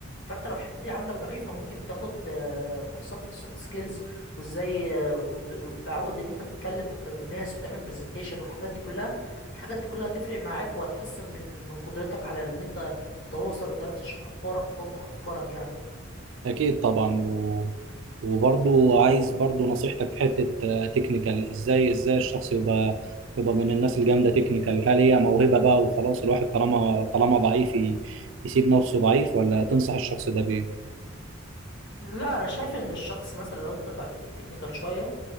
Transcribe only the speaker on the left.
فانت لو الحته دي عندك ضعيفه ممكن تاخد آه، كورسات في السوفت سكيلز وازاي آه، وت- وتتعود ان انت تتكلم قدام الناس وتعمل برزنتيشن والحاجات دي كلها الحاجات دي كلها هتفرق معاك وهتحسن من من قدرتك على ان انت تتواصل وتعرف تشرح افكارك وتوضح افكارك يعني
لا انا شايف ان الشخص مثلا لو انت ضعيف في التكنيكال شويه